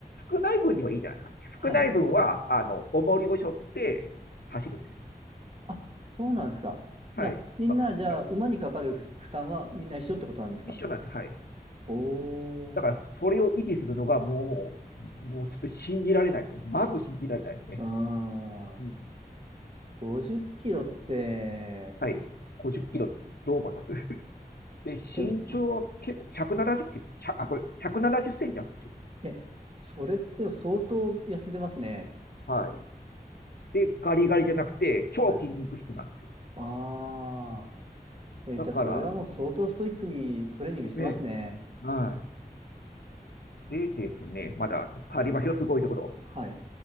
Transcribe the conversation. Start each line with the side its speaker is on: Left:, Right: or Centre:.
Left: 少ない分にはいいじゃないですか。
Right: はい。
Left: 少ない分は、あの、重りを背負って走るんですよ。
Right: あ、そうなんですか。
Left: はい。
Right: じゃあ、みんな、
Left: まあ、
Right: じゃあ、
Left: はい。
Right: 馬にかかる負負担はみんな一緒ってことなんですか。
Left: 一緒なんですはい。
Right: おー。
Left: だからそれを維持するのがもう、もうちょっと信じられないですね。まず信じられないですね。
Right: うー
Left: うん、
Right: ん。50キロって、
Left: はい。50キロ、どう思いますで、身長は結構170キロ、
Right: でも、
Left: あ、これ170センチあるんですよ。
Right: え、それって相当痩せてますね。
Left: はい。で、ガリガリじゃなくて、超筋肉質なんですよ。
Right: はい。ああ。え、
Left: だから、
Right: じゃあ、それはもう相当ストイックにトレーニングしてますね。
Left: ね、はい。でですね、まだいっぱいありますよ、すごいところ。
Right: はい。